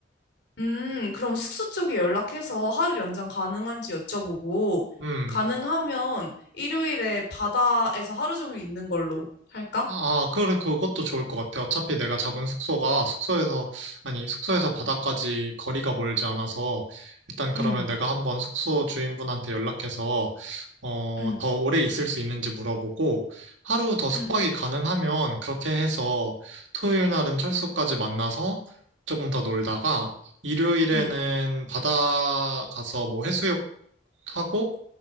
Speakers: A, on the left; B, on the right.
A: 음, 그럼 숙소 쪽에 연락해서 하루 연장 가능한지 여쭤보고,
B: 음.
A: 가능하면 일요일에 바다에서 하루 종일 있는 걸로 할까?
B: 아, 그래, 그것도 좋을 것 같아. 어차피 내가 잡은 숙소가 숙소에서, 아니, 숙소에서 바다까지 거리가 멀지 않아서, 일단 그러면
A: 음,
B: 내가 한번 숙소 주인분한테 연락해서, 어,
A: 음,
B: 더 오래 있을 수 있는지 물어보고, 하루 더 숙박이
A: 음,
B: 가능하면 그렇게 해서 토요일 날은 철수까지 만나서 조금 더 놀다가, 일요일에는
A: 음.
B: 바다 가서 뭐 해수욕 하고,